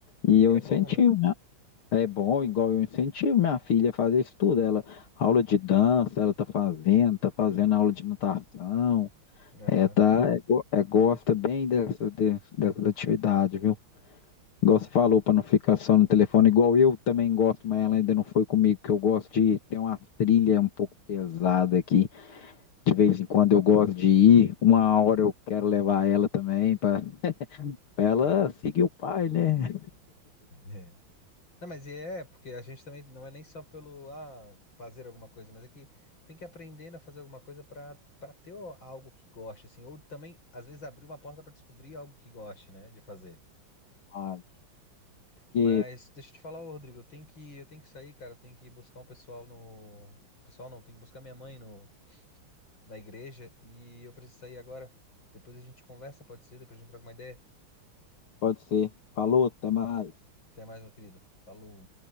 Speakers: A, on the left; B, on the left.
A: e
B: E
A: eu
B: é bom,
A: incentivo,
B: né?
A: né? É bom, igual eu incentivo minha filha a fazer isso tudo. Ela, aula de dança, ela tá fazendo, tá fazendo aula de natação.
B: Aham,
A: É, tá, é, go- é, gosta bem dessa, de- dessas atividades, viu? Igual você falou, para não ficar só no telefone, igual eu também gosto, mas ela ainda não foi comigo, que eu gosto de ter uma trilha um pouco pesada aqui. De vez em quando eu gosto de ir, uma hora eu quero levar ela também, para ela
B: sim.
A: seguir o pai, né?
B: <laughs> Não, mas é, porque a gente também não é nem só pelo, ah, fazer alguma coisa, mas é que tem que aprender a fazer alguma coisa pra para ter o- algo que goste, assim, ou também, às vezes, abrir uma porta pra descobrir algo que goste, né, de fazer.
A: Ah, que
B: Mas deixa eu te falar, ô, Rodrigo, eu tenho que, eu tenho que sair, cara. Eu tenho que ir buscar um pessoal no. Pessoal não, tenho que buscar minha mãe no, na igreja e eu preciso sair agora. Depois a gente conversa, pode ser? Depois a gente troca uma ideia.
A: pode ser. Falou, até mais.
B: Até mais, meu querido. Falou.